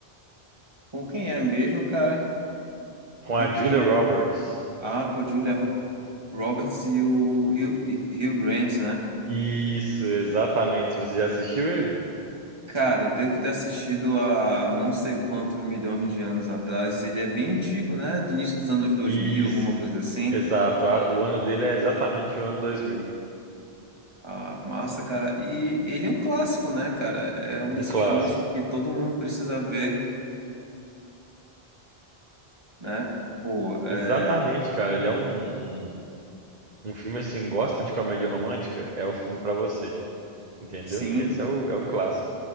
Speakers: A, on the right; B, on the right.
A: Com quem é mesmo, cara?
B: com
A: Quem,
B: a
A: quem
B: Julia
A: é?
B: Roberts.
A: Ah, com a Julia Ro- Roberts e o Hugh, e- Hugh Grant, né?
B: Isso, exatamente. Você já assistiu ele?
A: Cara, eu devo ter assistido há não sei quantos milhões de anos atrás. Ele é bem antigo, né? Do início dos anos dois
B: Isso,
A: mil alguma coisa assim.
B: exato. A- O ano dele é exatamente o ano 2000,
A: Ah, massa, cara. E ele é um clássico, né, cara? É um
B: um
A: desses
B: clássico.
A: filmes que todo mundo precisa ver, né? Pô, é...
B: Exatamente, cara. Ele é um, um, um filme assim, gosta de comédia romântica? É o filme pra você, entendeu?
A: sim.
B: Esse é o, é o clássico.